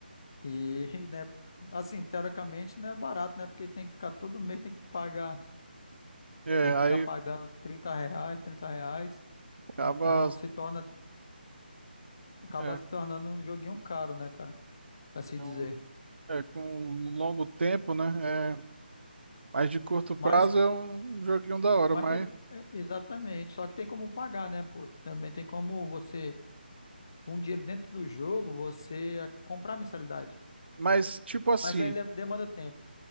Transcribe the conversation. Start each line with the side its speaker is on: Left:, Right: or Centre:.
Left: E, <laughs> né, assim, teoricamente não é barato, né? Porque tem que ficar todo mês, tem que pagar,
Right: É,
Left: tem que
Right: aí
Left: ficar pagando 30 reais, 30 reais.
Right: acaba.
Left: Então se torna, acaba
Right: é,
Left: se tornando um joguinho caro, né, cara? Pra se
Right: Então,
Left: dizer.
Right: É, com um longo tempo, né? É, mas de curto prazo
Left: Mas
Right: é um joguinho da hora,
Left: Mas
Right: mas,
Left: tem, é, exatamente, só que tem como pagar, né, pô? Também tem como você, com dinheiro dentro do jogo, você a- comprar a mensalidade.
Right: mas tipo assim,
Left: Mas aí le- demanda tempo.